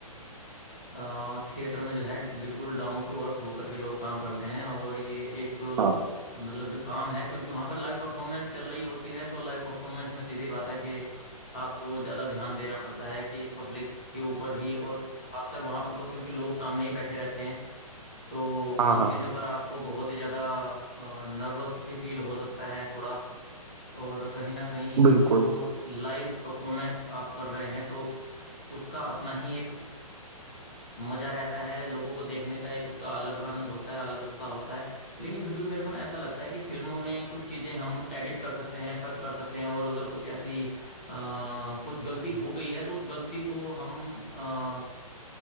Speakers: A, on the left; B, on the right.
A: अ, थिएटर में जो है बिल्कुल डाउन टू अर्थ होकर के लोग काम करते हैं और ये एक
B: हाँ
A: अ, मतलब जो काम है क्योंकि वहाँ पर लाइव परफॉर्मेंस चल रही होती है तो लाइव परफॉर्मेंस में सीधी बात है कि आपको ज़्यादा ध्यान देना पड़ता है कि पब्लिक के ऊपर भी और खासकर वहाँ पर तो क्योंकि लोग सामने ही बैठे रहते हैं तो
B: हाँ
A: उन
B: हाँ
A: चीज़ों पर आपको बहुत ही ज़्यादा नर्वस भी फील हो सकता है थोड़ा और कहीं ना कहीं
B: बिल्कुल
A: जो लाइव परफॉर्मेंस आप कर रहे हैं तो उसका अपना ही एक मजा रहता है लोगों को देखने का एक उसका अलग आनंद होता है अलग उत्साह होता है लेकिन फिर भी मेरे को ना ऐसा लगता है कि फिल्मों में कुछ चीज़ें हम एडिट कर सकते हैं कट कर सकते हैं और अगर कुछ ऐसी अ, कुछ गलती हो गई है तो उस गलती को हम अ,